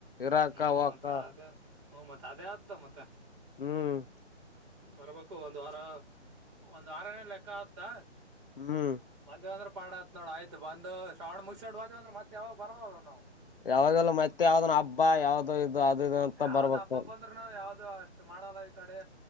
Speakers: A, on the left; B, on the right.
A: ಇರಾಕ
B: ಹ್ಮ್
A: ಹೋಗಕ
B: ಮತ್ತೆ ಅದೇ ಹ್ಮ್ ಮತ್ತೆ ಅದೇ ಆದ್ದ ಮತ್ತೆ
A: ಹ್ಮ್
B: ಬರ್ಬೇಕು ಒಂದು ವಾರ ಒಂದು ವಾರ ಏನ ಲೆಕ್ಕ ಆದ್ದ
A: ಹ್ಮ್
B: ಬಂದಿವವಂದ್ರ ಪಾಡತ್ ನೋಡ್ ಆಯ್ತ್ ಬ್ ಶ್ರಾವಣ ಮುಗಸೊಂಡ್ ಹದೀವಂದ್ರೆ ಮತ್ತ ಯಾವಾಗ ಬರಲ್ಲ ನಾವು
A: ಯಾವಾಗೆಲ್ಲ ಮತ್ತೆ ಯಾವ್ದನ ಹಬ್ಬ ಯಾವ್ದೋ ಇದು ಅದು ಇದು ಅಂತ
B: ಯಾವ್ದ್
A: ಬರ್ಬೇಕು
B: ಹಬ್ಬ ಬಂದ್ರು ನಾವವು ಯಾವ್ದ ದು ಅಷ್ಟು ಮಾಡಲ್ಲ ಈ ಕಡೆ